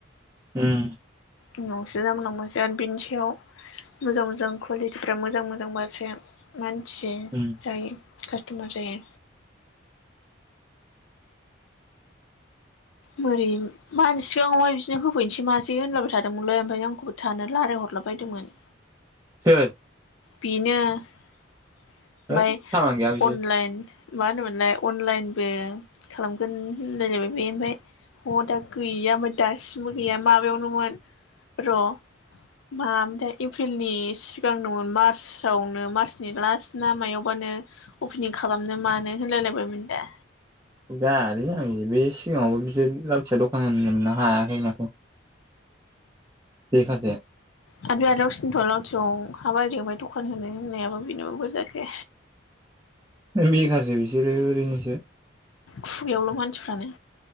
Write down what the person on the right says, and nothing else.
ओम।
उम
सोर?
होद खामानि गैया बिसोर
जानो आं बे सिगाङावबो बिसोर लावथियाव दखान होननो हायाखै माथो। बेखारसो
बेखारसो बिसोरो ओरैनोसो।